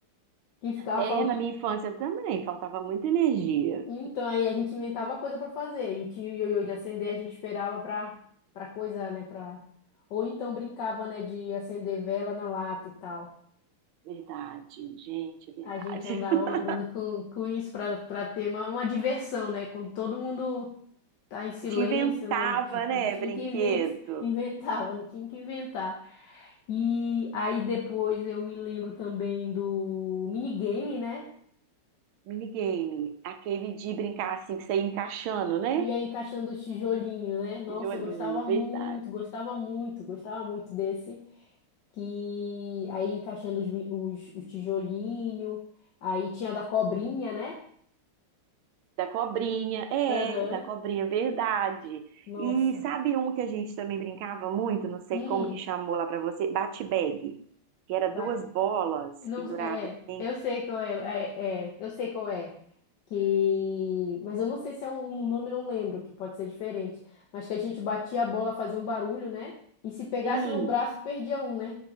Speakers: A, on the left; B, on the right.
A: que ficava
B: É, na minha infância também, faltava muita energia.
A: Então, aí a gente inventava coisa pra fazer. E tinha o ioiô de acender, a gente esperava pra, para coisar, né? para Ou então brincava, né, de acender vela na lata e tal.
B: Verdade, gente, é verdade.
A: A gente andava
B: <laughs>
A: andando com, com isso pra, para ter uma, uma diversão, né? Quando todo mundo tá em silêncio,
B: A gente inventava,
A: né? Não ti-
B: né,
A: não tinha
B: brinquedo,
A: que inventar, <laughs> inventava, não tinha que inventar. E aí depois eu me lembro também do minigame, né?
B: minigame, aquele de brincar assim, que você ia encaixando, né?
A: Ia encaixando o tijolinho, né? Nossa,
B: Tijolinho,
A: eu gostava muito,
B: verdade.
A: gostava muito, gostava muito desse. Que aí encaixando os, mi- os, os tijolinho. Aí tinha da cobrinha, né?
B: Da cobrinha, é,
A: Aham.
B: da cobrinha, verdade.
A: Nossa.
B: E sabe um que a gente também brincava muito, não sei
A: Hum,
B: como que chamou lá pra você, bate-bag, que era
A: ba-
B: duas bolas
A: não,
B: penduradas
A: é,
B: assim.
A: eu sei qual é, é, é, eu sei qual é. Que, mas eu não sei se é um, um nome, não lembro, que pode ser diferente. Mas que a gente batia a bola, fazia um barulho, né? E se pegasse
B: Sim,
A: no braço, perdia um, né?